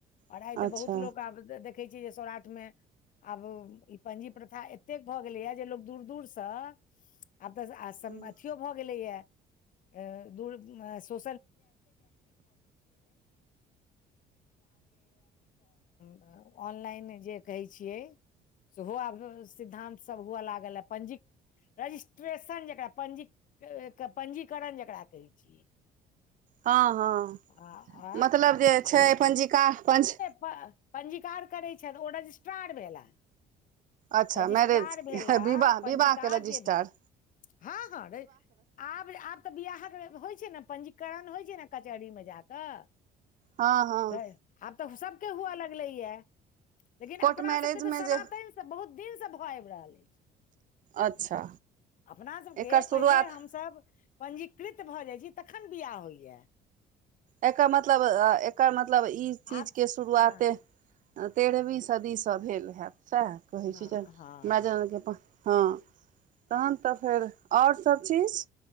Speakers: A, on the left; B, on the right.
A: आओर
B: हेँ
A: आइ तऽ
B: अच्छा
A: बहुत लोक आब देखै छैै जे सौराठमे आब ई पंजी प्रथा एतेक भऽ गेलैएा जे लोकोग दूर दूर से आब तऽ
B: हूँ
A: अथियो भऽ गेलैय सो <unintelligible> <unintelligible> ऑनलाइन जे कहै छियै सेहो आब सिद्धानंत सभ हुअए लागल ह पंजीक रजिस्ट्रेशन जकरा पञ्जीकरण जकरा कहै छियै
B: हँ हँ
A: आ आ
B: मतलब जे छै पञ्जिका पञ
A: पञ्जीकार करैत छथि ओ रजिस्ट्रार भेलनि
B: अच्छा
A: रजिस्ट्रार
B: मैरेज
A: भेला
B: विवाह
A: पञ्जीकार
B: विवाहके रजिस्ट्रार
A: जे हँ हँ आब आब तऽ बियाहके होइत छै ने पंजीकरण होइत छै ने कचहरीमे जा कऽ
B: हँ हँ
A: आब तऽ सबके हुआ लगलै है लेकिन
B: कोर्ट
A: अपनासभके
B: मैरेजमे
A: तऽ सनातनसँ
B: जे
A: बहुत दिनसँ भऽ आबि रहल
B: अच्छा
A: अपना सबके
B: एकर
A: पहिले
B: शुरुआत
A: हमसभ पञ्जीकृत भऽ जाइत छी तखन बिआह होइया
B: एकर मतलब एकर मतलब ई चीज
A: आब
B: के शुरुआते
A: हँ
B: तेरहवीं सदीसँ भेल हएैत सएह कहैत
A: हँ
B: छी जे
A: हँ
B: मै
A: हँ
B: जानके प हँ तहन तऽ फेर आओर सब चीज